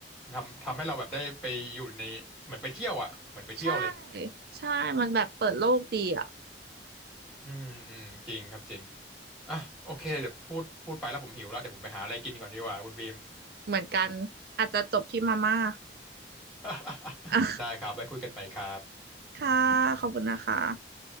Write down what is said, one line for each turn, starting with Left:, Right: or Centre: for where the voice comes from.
Centre: ทำทำให้เราแบบได้ไปอยู่ในเหมือนไปเที่ยวอ่ะเหมือนไปเที่ยวเลย
Right: ๆใช่ใช่มันแบบเปิดโลกดีอ่ะ
Centre: อืมอืมจริงครับจริงอ่ะโอเคเดี๋ยวพูดพูดไปแล้วผมหิวแล้วเดี๋ยวผมไปหาอะไรกินก่อนดีกว่าคุณบีม
Right: เหมือนกันอาจจะจบที่มาม่า
Centre: <laughs>
Right: <laughs> อ่ะ
Centre: ได้ครับไว้คุยกันใหม่ครับ
Right: ค่ะขอบคุณนะคะ